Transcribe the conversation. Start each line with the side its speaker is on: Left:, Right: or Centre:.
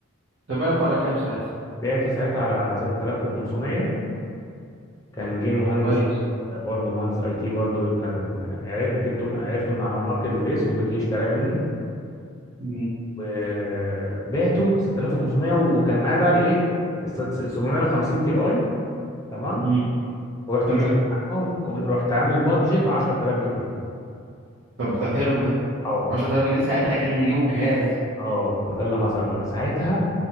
Right: تابعته على كام ساعتها
Left: بعته ساعتها على 6500 كان جه مهندس
Right: كويس
Left: برضه مهندس اي تي برضه كان عرف- جبته عرفته من على ماركت بليس وجي اشترى مني
Right: امم
Left: وبعته 6500 وكان معايا بقى الايه ال 750 تي اي تمام
Right: امم
Left: ورحت
Right: تمام
Left: مزود معاهم كون- رحت عامل بادجت 10000 جنيه
Right: طب
Left: تمام.
Right: ده حلو ده
Left: اه
Right: 10000 جنيه ساعتها كان يجيبوا جهاز
Left: اه ده اللي حصل بقى ساعتها